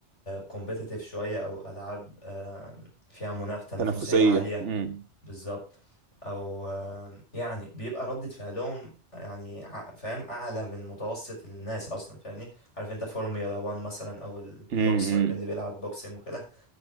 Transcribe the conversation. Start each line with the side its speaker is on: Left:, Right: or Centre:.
Left: كومبيتيتيف شوية أو ألعاب آه، فيها منافسة تنافسية
Right: تنافسيه
Left: عالية
Right: امم
Left: بالظبط أو آه، يعني بيبقى ردة فعلهم يعني ع- فاهم أعلى من متوسط الناس أصلا فاهمني عارف أنت فورميولا 1 مثلا أو البوكسر
Right: امم
Left: اللي بيلعب بوكسنج وكده